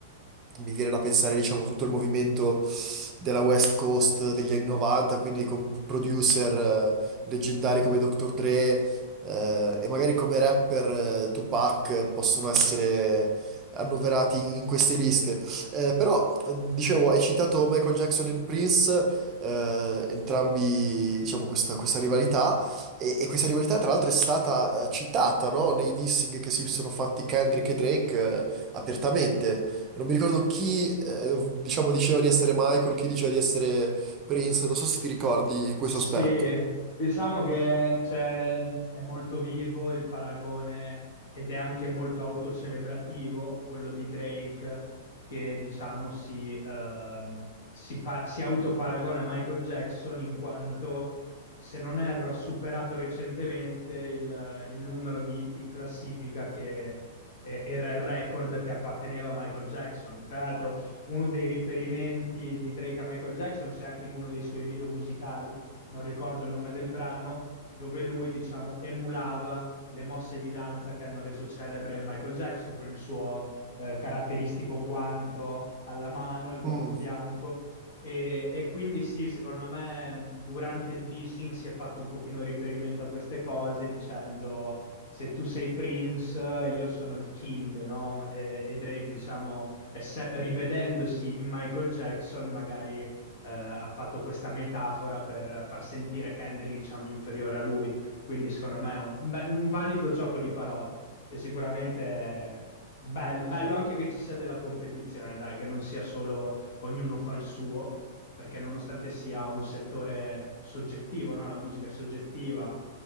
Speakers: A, on the right; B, on the left.
A: mi viene da pensare, diciamo, tutto il movimento della West Coast degli anni 90, quindi con producer eh, leggendari come Dr. Dre eh, e magari come rapper eh, Tupac eh, possono essere annoverati in in queste liste. Eh, però, eh, dicevo, hai citato Michael Jackson e Prince, eh, entrambi, diciamo, questa, questa rivalità, e, e questa rivalità tra l'altro è stata eh, citata, no? Nei dissing che si sono fatti Kendrick e Drake eh, apertamente. Non mi ricordo chi, eh, diciamo, diceva di essere Michael, chi diceva di essere Prince, non so se ti ricordi questo
B: Sì,
A: aspetto.
B: diciamo che c'è- è molto vivo il paragone ed è anche molto autocelebrativo quello di Drake che diciamo si, ehm, si, pa- si autoparagona a Michael Jackson in quanto, se non erro, ha superato recentemente il, il numero di hit in classifica che eh, era il record che apparteneva a Michael Jackson. Tra l'altro uno dei riferimenti di Drake a Michael Jackson c'è anche in uno dei suoi video musicali non ricordo il nome del brano, dove lui, diciamo, emulava le mosse di danza che hanno reso celebre Michael Jackson con il suo eh, caratteristico guanto alla mano, il guanto
A: Mm,
B: bianco. E, e quindi sì, secondo me durante il dissing si è fatto un pochino riferimento a queste cose dicendo se tu sei Prince, io sono il King, no? E, e Drake, diciamo, esse- rivedendosi in Michael Jackson, magari eh, ha fatto questa metafora per far sentire Henry, diciamo, inferiore a lui. Quindi, secondo me, è un, un be- un valido gioco di parole. E sicuramente bello, bello anche che ci sia della competizione, dai, che non sia solo ognuno fa il suo, perché nonostante sia un settore soggettivo, no? La musica è soggettiva.